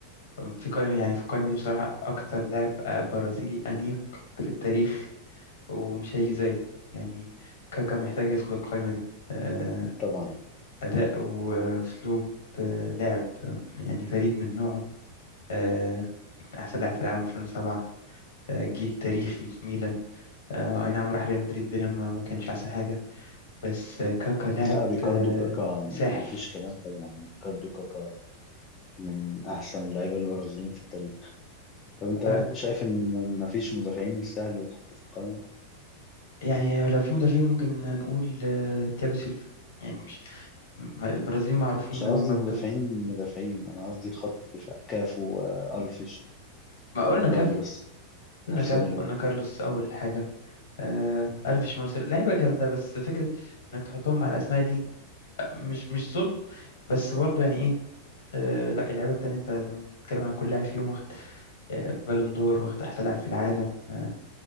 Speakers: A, on the left; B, on the left.
A: في قائمة يعني في القائمة دي بصراحة أكتر لاعب آه، برازيلي أنيق في التاريخ ومش هيجي زيه يعني كاكا محتاج يدخل القائمة دي آه،
B: طبعا
A: أداء وأسلوب آه، لعب آه، يعني فريد من نوعه آه، أحسن لاعب في العالم 2007 آه، جيل تاريخي في ميلان آه، أي نعم راح ريال مدريد الدنيا ما ما كانش أحسن حاجة بس آه، كاكا لاعب
B: لا ريكاردو
A: آه،
B: كاكا
A: ساحر
B: مفيش كلام طبعا ريكاردو كاكا من احسن اللعيبة البرازيليين في التاريخ طب انت
A: آه،
B: شايف ان م- مفيش مدافعين يستاهلوا يتحطوا في القائمة
A: يعني لو في مدافعين ممكن هنقول آه، تياجو سيلفا يعني مش م- البرازيليين معروفين
B: مش
A: إن
B: قصدي
A: هم
B: مدافعين
A: بتوع
B: مدافعين انا قصدي خط دفاع كافو آه، الفيش
A: ما قلنا
B: آه، كارلوس
A: كاف قلنا
B: مارسيلو
A: كاف وقلنا كارلوس أول حاجة آه ألفيش مارسيلو لعيبة جامدة بس فكرة إنك تحطهم مع الأسماء دي مش مش ظلم بس برضو يعني إيه آه لا اللعيبة التانية أنت لما بتتكلم عن كل لاعب فيهم واخد آه بالون دور واخد أحسن لاعب في العالم آه